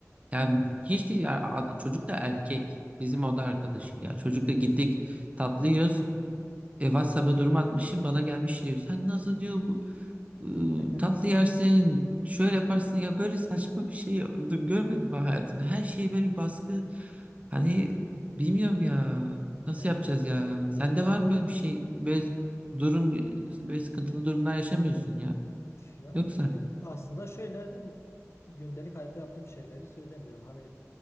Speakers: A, on the right; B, on the left.
A: Yani
B: Hı.
A: hiç değil ya, a- çocuk da erkek. Bizim
B: <laughs>
A: oda arkadaşı ya. Çocukla
B: Evet.
A: gittik tatlı yiyoruz. E, WhatsApp'a durum atmışım bana gelmiş diyor. Sen nasıl diyor bu ıı,
B: <laughs>
A: tatlı yersin şöyle yaparsın ya böyle saçma bir şey d- görmedim ben hayatımda. Her şeye böyle bir baskı hani bilmiyorum ya nasıl
B: Yani
A: yapacağız ya.
B: normal
A: Sende var mı böyle bir şey böyle durum böyle sıkıntılı durumlar yaşamıyorsun ya
B: ya
A: yoksa
B: y- aslında şöyle ben gündelik hayatta yaptığım şeyleri söylemiyorum hani